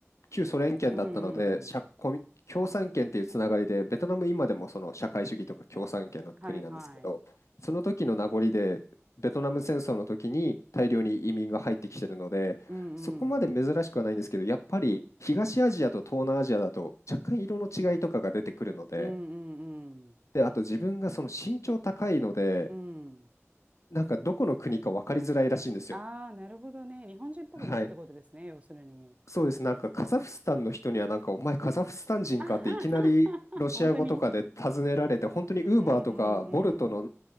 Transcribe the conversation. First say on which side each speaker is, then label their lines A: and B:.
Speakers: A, on the left (about 75°); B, on the right (about 25°).
A: 旧ソ連圏だったので、
B: うんうん。
A: 社コミ共産圏っていうつながりで、ベトナム今でもその社会主義とか共産圏の国なんですけど、
B: はいはい。
A: その時の名残で、ベトナム戦争の時に大量に移民が入ってきてるので、
B: うんうん。
A: そこまで珍しくはないんですけど、やっぱり東アジアと東南アジアだと若干色の違いとかが出てくるので、
B: うんうんうん。
A: で、あと自分がその身長高いので、
B: うん。
A: なんかどこの国か分かりづらいらしいんですよ。
B: ああ、なるほどね。日本人っぽくないってことですね、
A: はい。
B: 要するに。
A: そうです。なんかカザフスタンの人にはなんかお前カザフスタン人かっていきなりロシア語とかで尋ねられて本当にウーバーとかボルトの
B: <laughs> あははは本当にうんうんうん。